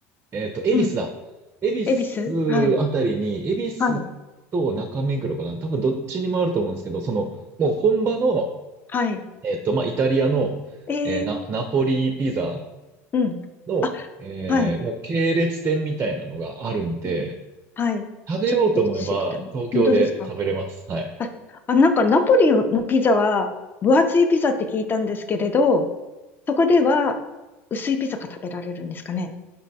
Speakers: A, on the right; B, on the left.
A: えっと、恵比寿だ。
B: うん。
A: 恵比寿あたりに、
B: 恵比寿はい、
A: 恵比寿
B: はい、
A: と中目黒かな。多分、どっちにもあると思うんですけど、その、もう本場の、
B: はい。
A: えっと、まあ、イタリアの、
B: えー、
A: えーな、ナポリピザ。
B: うん。
A: の、
B: あ、
A: えーもう系列店みたいなのがあるんで、
B: はい、うん。はい。
A: 食べようと思えば東京で食べれます。
B: ちょっと知りたい。本当ですか
A: はい。
B: あ、あ、なんかナポリのピザは、分厚いピザって聞いたんですけれど、そこでは薄いピザが食べられるんですかね。